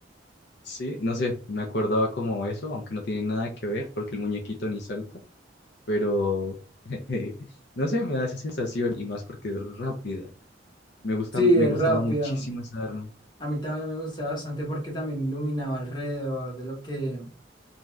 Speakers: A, on the left (about 65°); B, on the left (about 25°).
A: Sí, no sé, me acordaba como eso, aunque no tiene nada que ver porque el muñequito ni salta, pero <laughs> eh, no sé, me da esa sensación y más porque es rápida. Me gusta,
B: Sí,
A: me
B: es
A: gustaba
B: rápida.
A: muchísimo esa arma.
B: A mí también me gustaba bastante porque también iluminaba alrededor de lo que,